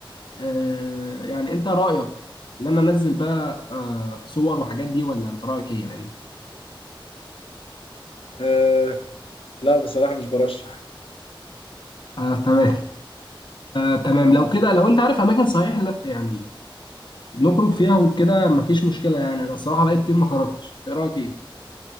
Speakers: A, on the left; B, on the left.
A: آه، يعني انت رايك ان انا انزل بقى آه، صور وحاجات دي ولا انت رايك ايه يعني
B: آه لا بصراحه مش برشح
A: آه تمام آه تمام لو كده لو انت عارف اماكن صحيح لا يعني نخرج فيها وكده مفيش مشكله يعني انا الصراحه بقالي كتير ما خرجتش إنت رايك ايه